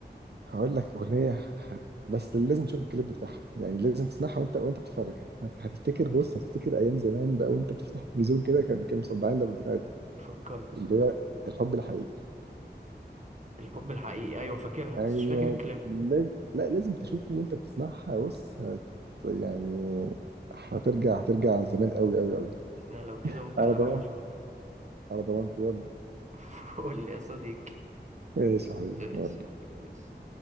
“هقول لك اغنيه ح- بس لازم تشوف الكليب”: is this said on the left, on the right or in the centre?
Right